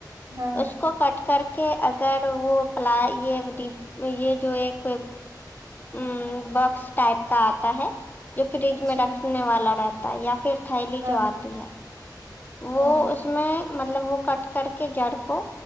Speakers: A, on the right; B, on the left.
A: ہاں
B: اس کو کٹ کر کہ اگر وہ پ یہ یہ جو ایک <unintelligible> ا باکس ٹائپ کا آتا ہے جو فریج
A: اچھا
B: میں رکھنے والا رہتا ہے یا پھر تھیلی
A: ہاں
B: جو آتی ہے وہ
A: ہاں
B: اس میں مطلب وہ کٹ کر کے جڑ کو